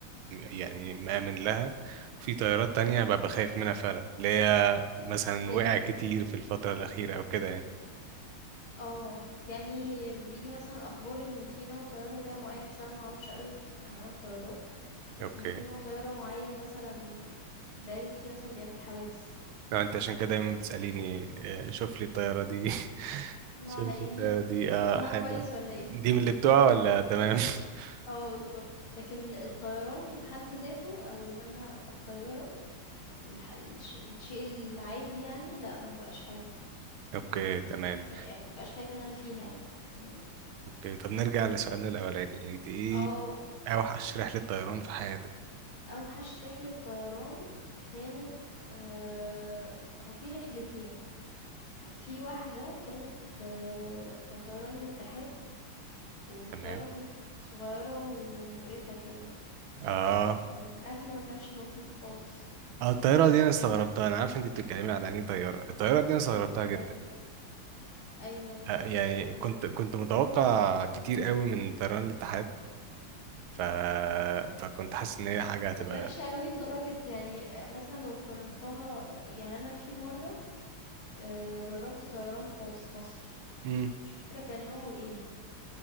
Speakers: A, on the right (about 80°); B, on the left (about 80°).
A: يعني مآمن لها في طيارات تانية ببقى خايف منها فعلا اللي هي مثلا
B: هي
A: وقع
B: دي الفكرة
A: كتير في الفترة الأخيرة أو كده يعني
B: اه يعني بيجي مثلا اخبار ان في نوع طيارة كده معين بس انا معرفش قوي في انواع الطيارات بس
A: أوكي
B: ان في نوع طيارة معين مثلا بقاله كتير مثلا بيعمل حوادث
A: لو أنت عشان كده دايما بتسأليني آه، شوف لي الطيارة دي <laughs>
B: نوعها
A: شوف
B: ايه
A: لي الطيارة
B: <laughs>
A: دي آه
B: كو- نوعها
A: حلوة
B: كويس ولا ايه
A: دي من اللي بتوع ولا تمام <laughs>
B: اه بالظبط لكن الطيران حد ذاته او ان انا ابقى في طيارة الح- الش- الشيء العادي يعني لا ما ببقاش خايفة
A: أوكي تمام
B: مش- يعني ما ببقاش خايفة ان انا فيها يعني مم.
A: أوكي طب نرجع لسؤالنا الأولاني أنت إيه
B: اه
A: اوحش رحلة طيران في حياتك
B: أوحش رحلة طيران كانت آه، هو في رحلتين في واحدة كانت آه، كان طيران الاتحاد والطيارة
A: تمام
B: كانت صغيرة ومقرفة كده يعني
A: اه
B: والأكل ما كانش لطيف خالص
A: اه الطيارة دي انا استغربتها انا عارف انت بتتكلمي على انهي طيارة الطيارة دي انا استغربتها جدا
B: أيوة أيوة اللي
A: آه
B: هي
A: يعني
B: كانت لأبو ظبي
A: كنت كنت متوقع كتير قوي من طيران الاتحاد ف... فكنت حاسس ان هي حاجة هتبقى
B: كانت وحشة قوي لدرجة يعني آه، مثلا لو قارنتها يعني أنا في مرة آه، جربت طيران خاص مصري
A: امم
B: مش فاكرة كان نوعه ايه